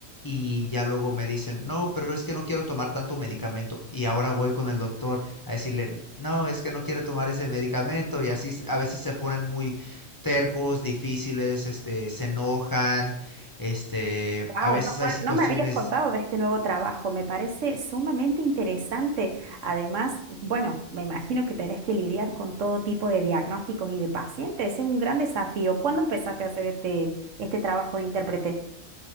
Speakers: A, on the left; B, on the right.
A: Y ya luego me dicen, no, pero es que no quiero tomar tanto medicamento. Y ahora voy con el doctor a decirle, no, es que no quiero tomar ese medicamento. Y así a veces se ponen muy tercos, difíciles, este, se enojan, este,
B: Wow,
A: a veces
B: no, bueno,
A: hay situaciones
B: no me habías contado de este nuevo trabajo, me parece sumamente interesante. Además, bueno, me imagino que tenés que lidiar con todo tipo de diagnósticos y de pacientes, es un gran desafío. ¿Cuándo empezaste a hacer este, este trabajo de intérprete?